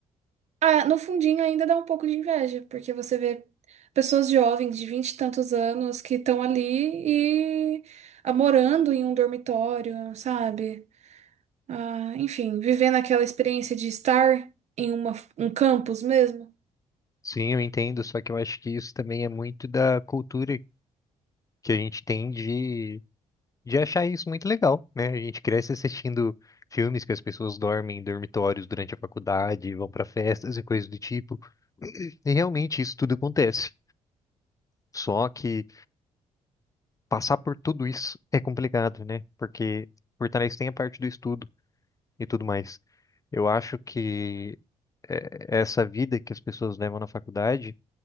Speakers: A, on the right; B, on the left.
A: ah, no fundinho ainda dá um pouco de inveja, porque você vê pessoas jovens de vinte e tantos anos que estão ali e ah, morando em um dormitório, sabe? ah, enfim, vivendo aquela experiência de estar em uma, um campus mesmo.
B: Sim, eu entendo, só que eu acho que isso também é muito da cultura que a gente tem de, de achar isso muito legal, né? A gente cresce assistindo filmes que as pessoas dormem em dormitórios durante a faculdade, vão para festas e coisas do tipo, e realmente isso tudo acontece. Só que passar por tudo isso é complicado, né? Porque por trás tem a parte do estudo e tudo mais. Eu acho que eh, essa vida que as pessoas levam na faculdade,